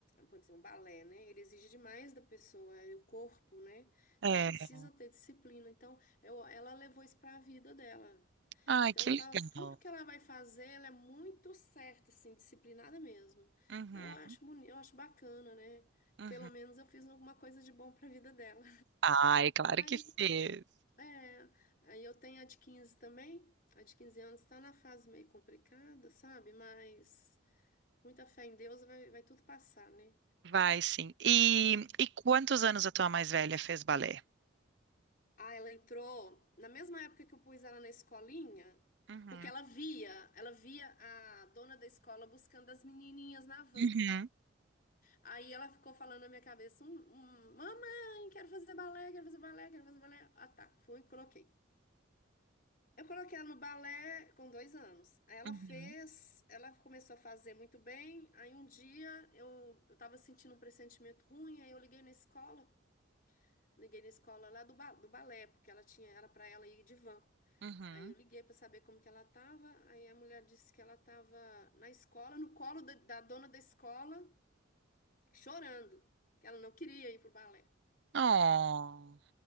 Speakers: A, on the left; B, on the right.
A: por exemplo, balé, né, ele exige demais da pessoa, é o corpo, né,
B: É.
A: então precisa ter disciplina, então eu, ela levou isso para a vida dela,
B: Ai,
A: então
B: que
A: ela,
B: legal.
A: tudo que ela vai fazer, ela é muito certa, assim, disciplinada mesmo,
B: Uhum,
A: eu acho bonito, eu acho bacana, né,
B: uhum.
A: pelo menos eu fiz alguma coisa de bom para a vida dela.
B: Ai, claro
A: <laughs>
B: que sim.
A: É, aí eu tenho a de 15 também. A de 15 anos está na fase meio complicada, sabe? Mas com muita fé em Deus vai, vai tudo passar, né?
B: Vai sim. E, e quantos anos a tua mais velha fez balé?
A: Ah, ela entrou na mesma época que eu pus ela na escolinha,
B: Uhum.
A: porque ela via, ela via a dona da escola buscando as menininhas na van.
B: Uhum.
A: Aí ela ficou falando na minha cabeça, um, um, mamãe, quero fazer balé, quero fazer balé, quero fazer balé. Ah, tá, fui e coloquei. Eu coloquei ela no balé com dois anos. Aí ela
B: Uhum.
A: fez, ela começou a fazer muito bem. Aí um dia eu, eu tava sentindo um pressentimento ruim, aí eu liguei na escola, liguei na escola lá do, ba- do balé, porque ela tinha, era para ela ir de van.
B: Uhum.
A: Aí eu liguei para saber como que ela tava. Aí a mulher disse que ela tava na escola, no colo da, da dona da escola, chorando, que ela não queria ir pro balé.
B: Oh.